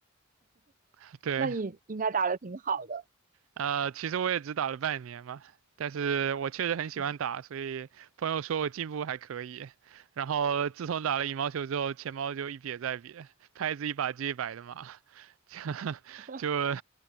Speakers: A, on the right; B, on the right.
A: <laughs> 对，
B: 那你应该打的挺好的。
A: 呃，其实我也只打了半年嘛，但是我确实很喜欢打，
B: 嗯
A: 所以朋友说我进步还可以。然后自从打了羽毛球之后，钱包就一瘪再瘪，拍子一把接一把的嘛，<laughs> 就
B: <laughs>
A: <laughs> 就